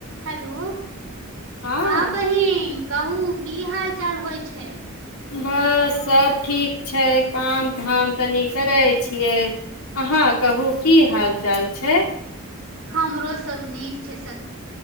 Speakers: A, on the right; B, on the left.
A: Hello
B: हँ
A: हाँ बहिन। कहु की हाल-चाल होय छै।
B: बस सब ठीक छै, काम-धाम तनि करै छियै, अहाँ कहु की हाल-चाल छै।
A: हमरो सब नीक छै स